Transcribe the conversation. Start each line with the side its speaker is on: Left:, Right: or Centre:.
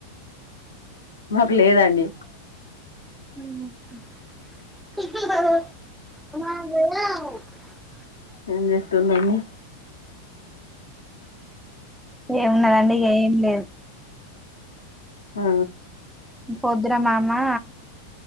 Left: మాకు లేదండి
Centre: బ
Left: ఏం చేస్తున్నాని
Centre: ఏ ఏమున్నదండి ఏం లేదు
Left: ఆ
Centre: పొద్దున మామా